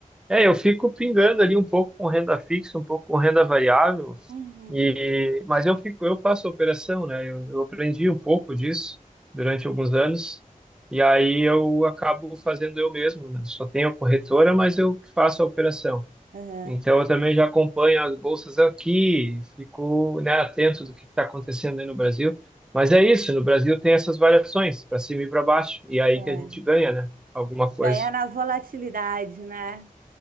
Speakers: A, in the centre; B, on the right (about 80°).
A: É, eu fico pingando ali um pouco com renda fixa, um pouco com renda variável,
B: Uhum,
A: e, mas eu fico, eu faço operação, né? Eu, eu aprendi um pouco disso durante alguns anos, e aí eu acabo fazendo eu mesmo, né? Só tenho a corretora, mas eu que faço a operação.
B: uhum,
A: Então, eu também já acompanho as bolsas aqui, fico, né, atento do que está acontecendo aí no Brasil. Mas é isso, no Brasil tem essas variações, para cima e para baixo, e aí
B: é.
A: que a gente ganha, né? Alguma coisa.
B: Ganhar na volatilidade, né?